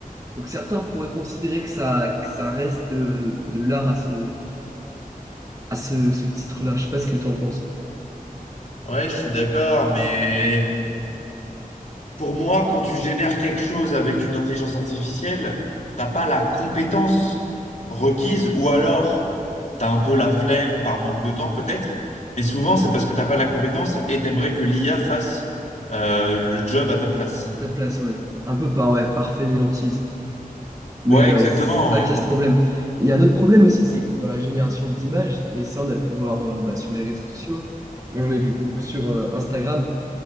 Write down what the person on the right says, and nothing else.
Donc certains pourraient considérer que ça, que ça reste de, de l'art à ce, à ce, ce titre-là. Je sais pas ce que tu en penses.
À ta place, ouais. Un peu par, ouais, par fainéantise. Mais
euh,
c'est vrai
qu'il y a ce problème. Il y a un autre problème aussi, c'est que dans la génération d'images, et ça on a pu le voir euh, bah, sur les réseaux sociaux, moi j'en ai vu beaucoup sur euh, Instagram,